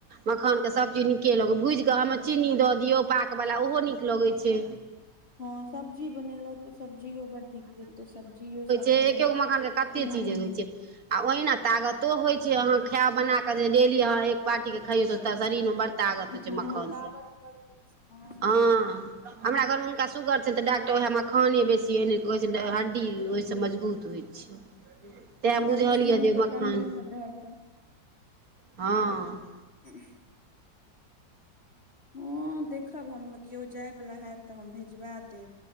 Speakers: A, on the right (about 50°); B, on the left (about 35°).
A: मखानके सभचीज नीके लगै भूजि कऽ हममे चीनी दऽ दियौ पाकवला ओहो नीक लगै छै
B: हँ सब्जी बनेलहुं तऽ सब्जियो बड नीक भेल ते सब्जियो सब
A: एकेगो
B: खेलहुँ
A: मखान के कते
B: हूं
A: चीज होइ छै आ ओहिना तागतो होइ छै अहाँ खैब बना कऽ जे डेली अहाँ एक बाटी क खइयौ त शरीर में बड़ तागत होइ छैय
B: हँ
A: मखान
B: तागत
A: से
B: बड़ हूं
A: हँ हमरा घर मे हुनका सुगर छनि तऽ डक्टर ओएह मखाने बेसी एन कहै छै हड्डी ओइ स मजबूत हो छै तैं
B: कैल्सियम
A: बुझलइ जे
B: के
A: मखान
B: कमी सब रहल तऽ
A: हँ
B: <unintelligible> हूँ देखब हम केओ जाय वला हैत तऽ हम भेजबा देब